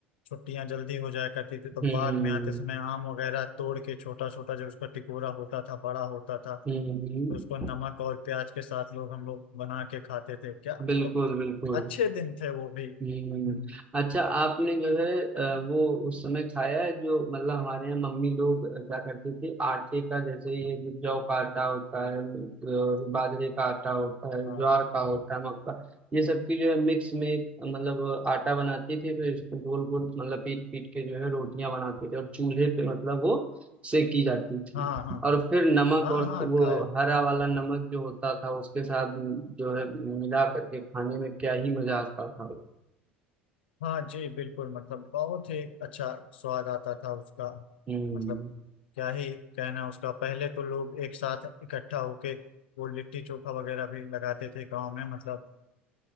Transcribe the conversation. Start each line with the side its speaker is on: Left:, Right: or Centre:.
Left: छुट्टियां जल्दी हो जाया करती थी तो
Right: हम्म
Left: बाद में आते समय आम वगैरह तोड़ के छोटा छोटा जो उसका टिकोरा होता था बड़ा होता था
Right: हम्म
Left: तो उसको नमक और प्याज के साथ लोग हम लोग बना के खाते थे क्या मतलब
Right: बिल्कुल बिल्कुल
Left: अच्छे दिन थे वो भी
Right: हम्म
Left: हम्म
Right: अच्छा आपने जो है अ, वो उस समय खाया है जो मतलब हमारे यहाँ मम्मी लोग अ, क्या करती थी आटे का जैसे ये जो जौ का आटा होता है और बाजरे का आटा होता है
Left: हाँ
Right: ज्वार का होता है मक्का ये सब की जो है मिक्स में एक, मतलब आटा बनाती थी फिर इसको गोल गोल मतलब पीट पीट के जो है रोटियां बनाते थे और चूल्हे पे मतलब वो सेकी जाती थी
Left: हाँ हाँ
Right: और फिर नमक
Left: हाँ
Right: और
Left: हाँ
Right: वो
Left: खाया
Right: हरा वाला नमक जो होता था उसके साथ जो है मिला करके खाने में क्या ही मजा आता था
Left: हाँ जी बिल्कुल मतलब बहुत ही अच्छा स्वाद आता था उसका
Right: हम्म
Left: मतलब क्या ही कहना उसका पहले तो लोग एक साथ इकट्ठा होके वो लिट्टी चोखा वगैरह भी लगाते थे गांव में मतलब